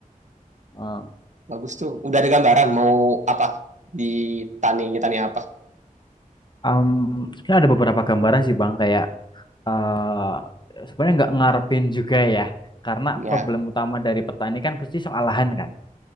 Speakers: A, on the left; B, on the right.
A: Eh,
B: Bagus tuh. Udah ada gambaran mau apa di tani tani apa?
A: um, sebenarnya ada beberapa gambaran sih bang kayak eh sebenarnya nggak ngarepin juga ya karena
B: Ya,
A: problem utama dari petani kan pasti soal lahan kan